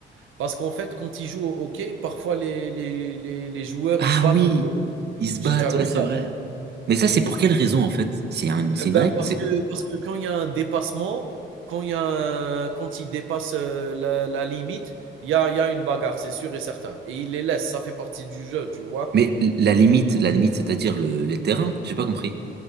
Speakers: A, on the right (about 85°); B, on the right (about 55°).
A: Parce qu'en fait, quand ils jouent au hockey, parfois les les les les joueurs,
B: Ah
A: ils se battent
B: oui,
A: entre eux.
B: ils se battent,
A: Tu tu as vu
B: ouais, c'est
A: ça?
B: vrai. Mais ça, c'est pour quelle raison en fait? C'est un- c'est
A: Eh ben,
B: une règle,
A: parce
B: c'est.
A: que, parce que quand il y a un dépassement, quand il y a un- quand il dépasse euh, la, la limite, il y a, il y a une bagarre, c'est sûr et certain. Et il les laisse, ça fait partie du jeu, tu vois.
B: Mais la limite, la limite, c'est-à-dire le, les terrains, j'ai pas compris.